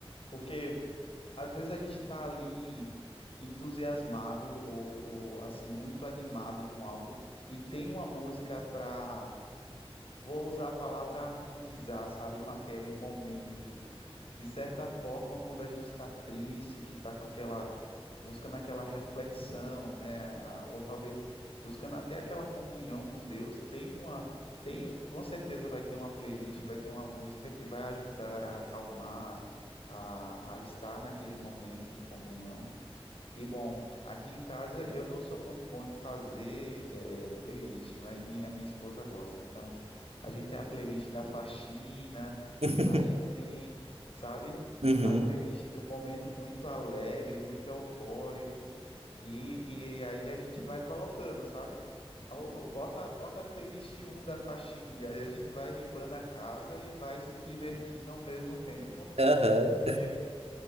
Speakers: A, on the left; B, on the right.
A: Porque às vezes a gente está ali entusiasmado ou, ou assim muito animado com algo e tem uma música para, vou usar a palavra harmonizar, sabe, com aquele momento. de certa forma, quando a gente está triste, que está com aquela, buscando aquela reflexão, né, a- ou talvez buscando até aquela comunhão com Deus, tem uma, tem, com certeza vai ter uma playlist, vai ter uma música que vai ajudar a acalmar, a, a estar naquele momento em comunhão. E bom, aqui em casa eu não sou muito bom de fazer eh, playlist, mas minha, minha esposa gosta. Então, a gente tem a playlist da faxina,
B: <laughs>
A: a gente tem, sabe,
B: Uhum,
A: a playlist de um momento muito alegre, muito eufórico, e, e aí a gente vai colocando, sabe? Ah, ô, Bota, bota a playlist um da faxina, e aí a gente vai limpando a casa e vai se divertindo ao mesmo tempo,
B: aham.
A: porque